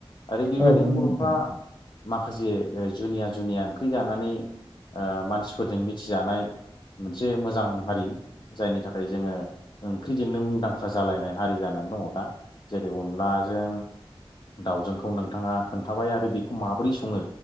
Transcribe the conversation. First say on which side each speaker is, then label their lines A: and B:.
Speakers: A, on the left (about 45°); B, on the left (about 15°).
A: आरो बेबायदिनो
B: औ नंगौ
A: बर'फ्रा
B: नोंथां
A: माखासे जुनिया जुनिया ओंख्रि जानानै ओ मानसिफोरजों मिथिजानाय मोनसे मोजां हारि जायनि थाखाय जोंङो ओंख्रिजोंनो मुंदांखा जालायनाय हारि जानानै दंङो दा जेरै अनलाजों दाउजोंखौ नोंथांङा खोन्थाबाय आरो बेखौ माबोरै संङो